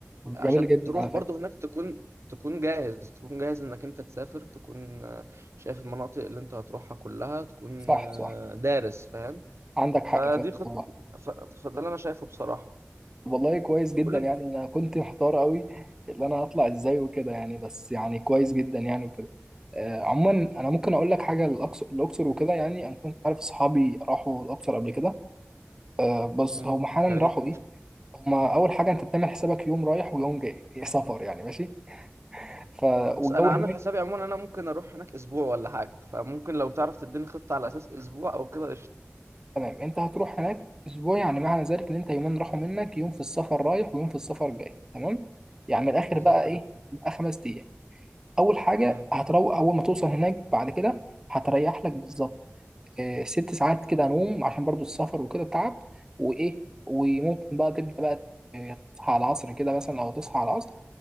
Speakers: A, on the right; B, on the right.
A: عشان
B: جميل جدا
A: تروح
B: على
A: برضو
B: فكرة
A: هناك تكون تكون جاهز تكون جاهز انك انت تسافر تكون آه، شايف المناطق اللي انت هتروحها كلها تكون
B: صح
A: آه،
B: صح
A: دارس فاهم
B: عندك حق
A: فدي
B: فعلا
A: خط
B: والله.
A: ف... فده اللي انا شايفه بصراحه
B: والله كويس جدا
A: قول لي
B: يعني
A: انت
B: انا كنت محتار قوي اللي انا هطلع ازاي وكده يعني بس يعني كويس جدا يعني وكده آه عموما انا ممكن اقول لك حاجه الاقصر الاقصر وكده يعني انا كنت عارف اصحابي راحوا الاقصر قبل كده آه بس
A: مم،
B: هم حالا
A: يا ريت
B: راحوا ايه هما اول حاجه انت بتعمل حسابك يوم رايح ويوم جاي إيه سفر يعني ماشي ف
A: بص
B: والجو
A: انا
B: هناك
A: عامل حسابي عموما انا ممكن اروح هناك اسبوع ولا حاجه فممكن لو تعرف تديني خطه على اساس اسبوع او كده قشطه
B: تمام انت هتروح هناك اسبوع يعني معنى ذلك ان انت يومين راحوا منك يوم في السفر رايح ويوم في السفر جاي تمام يعني من الاخر
A: بالظبط
B: بقى ايه
A: كده
B: بقى خمس ايام اول حاجه
A: امم
B: هتروق اول ما توصل هناك بعد كده هتريح لك بالظبط آه، ست ساعات كده نوم عشان برضو السفر وكده تعب وايه وممكن بقى تبدا بقى آه، تصحى على العصر كده مثلا لو تصحى على العصر